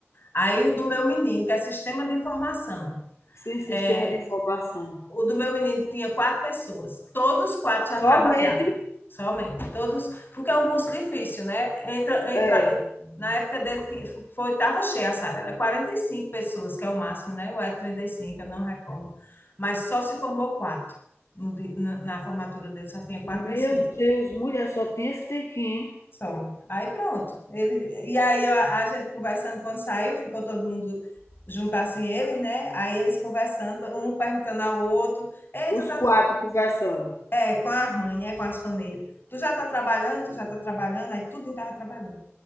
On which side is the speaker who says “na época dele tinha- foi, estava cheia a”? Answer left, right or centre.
Left